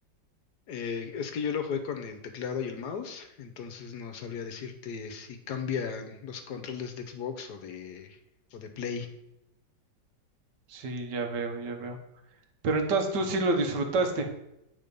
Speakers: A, on the left; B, on the right.
A: Eh, es que yo lo jugué con el teclado y el mouse, entonces no sabría decirte si cambian los controles de Xbox o de, o de Play.
B: Sí, ya veo, ya veo. Pero entonces tú sí lo disfrutaste.